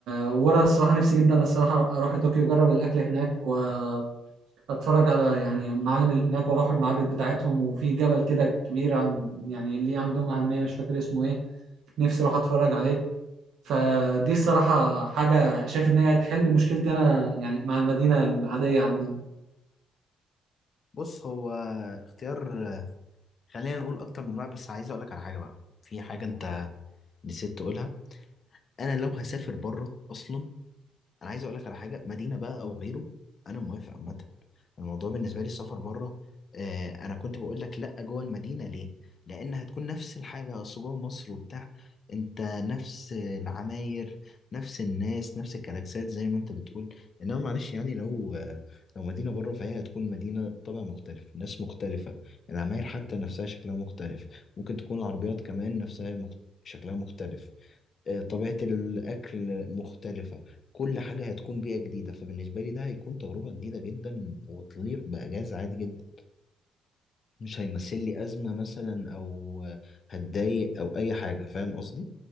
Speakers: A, on the right; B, on the left.
A: وانا الصراحه نفسي جدا الصراحه اروح لطوكيو اجرب الاكل هناك واتفرج على يعني المعالم اللي هناك واروح المعابد بتاعتهم وفي جبل كده كبير عن يعني ليه عندهم اهميه مش فاكر اسمه ايه نفسي اروح اتفرج عليه فدي الصراحه حاجه شايف ان هي هتحل مشكلتي انا يعني مع المدينه العاديه عندنا
B: بص هو اختيار خلينا نقول اكتر من واحد بس عايز اقول لك على حاجه بقى في حاجه انت نسيت تقولها انا لو هسافر بره اصلا انا عايز اقول لك على حاجه مدينه بقى او غيره انا موافق عامه الموضوع بالنسبه لي السفر بره آه انا كنت بقول لك لا جوه المدينه ليه لان هتكون نفس الحاجه اصل جوه مصر وبتاع انت نفس العماير نفس الناس نفس الكلاكسات زي ما انت بتقول انما معلش يعني لو آه لو مدينه بره فهي هتكون مدينه طبع مختلف ناس مختلفه العماير حتى نفسها شكلها مختلف ممكن تكون العربيات كمان نفسها مخت... شكلها مختلف آه، طبيعة الأكل مختلفة كل حاجة هتكون بيئة جديدة فبالنسبة لي ده هيكون تجربة جديدة جدا وتليق بأجازة عادي جدا مش هيمثل لي أزمة مثلا أو آه، هتضايق أو أي حاجة فاهم قصدي؟